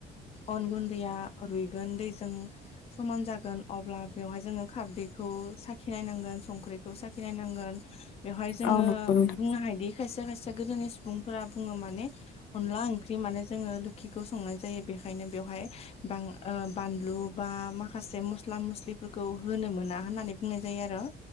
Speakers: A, on the left; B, on the left.
A: अन गुन्दैया रुइगोन दैजों समान जागोन अब्ला बेवहाय जोङो खारदैखौ साखिनाय नांगोन संख्रिखौ साखिनाय नांगोन बेवहाय जोङो
B: औ नंगौ नोंथां
A: बुंनो हायोदि खायसे खायसे गोदोनि सुबुंफोरा बुङो माने अनला ओंख्रि माने जोङो लोखिखौ संनाय जायो बेखायनो बेवहाय बां ओ बानलु बा माखासे मस्ला मस्लिफोरखौ होनो मोना होननानै बुंनाय जायो आरो